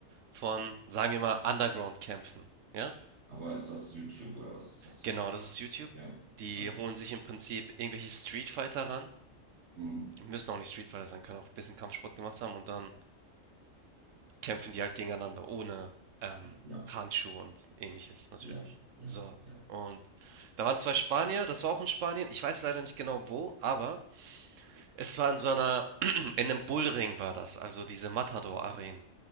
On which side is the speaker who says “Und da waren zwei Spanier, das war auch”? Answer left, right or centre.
Right